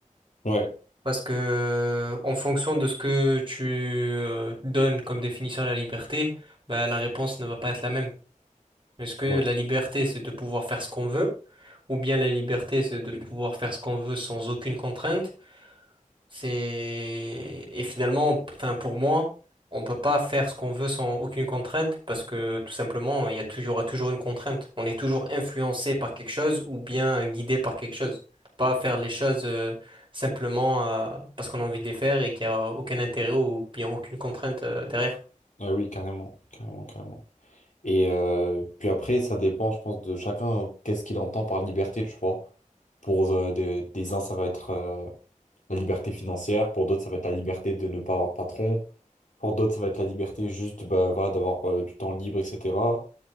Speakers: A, on the left; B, on the right.
A: Ouais,
B: Parce que en fonction de ce que tu euh, donnes comme définition à la liberté, bah, la réponse ne va pas être la même. Est-ce que
A: ouais.
B: la liberté, c'est de pouvoir faire ce qu'on veut, ou bien la liberté, c'est de pouvoir faire ce qu'on veut sans aucune contrainte? C'est et finalement, p- enfin pour moi, on peut pas faire ce qu'on veut sans aucune contrainte parce que tout simplement, il y a toujours, il y aura toujours une contrainte. On est toujours influencé par quelque chose ou bien guidé par quelque chose. Pas faire les choses euh, simplement euh, parce qu'on a envie de les faire et qu'il n'y a aucun intérêt ou bien aucune contrainte euh, derrière.
A: Ouais, oui, carrément, carrément, carrément. Et euh, puis après, ça dépend, je pense, de chacun, qu'est-ce qu'il entend par liberté, tu vois. Pour euh, de- des uns, ça va être euh, la liberté financière, pour d'autres, ça va être la liberté de ne pas avoir de patron, pour d'autres, ça va être la liberté juste bah, voilà, d'avoir euh, du temps libre, etc.